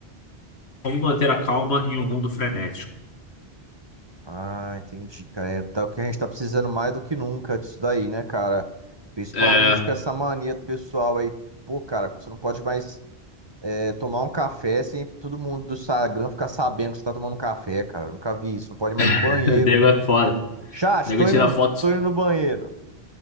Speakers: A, on the left; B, on the right.
A: Como manter a calma em um mundo frenético.
B: Ah, entendi, cara. É tal que a gente tá precisando mais do que nunca disso daí, né, cara? Principalmente
A: É,
B: com essa mania do pessoal aí. Pô, cara, você não pode mais é, tomar um café sem todo mundo do Instagram ficar sabendo que você tá tomando café, cara. Eu nunca vi isso. Não pode mais ir no
A: <laughs>
B: banheiro.
A: o nego é foda.
B: Chat,
A: O nego
B: tô
A: tira
B: indo,
A: foto,
B: tô
A: de-
B: indo no banheiro.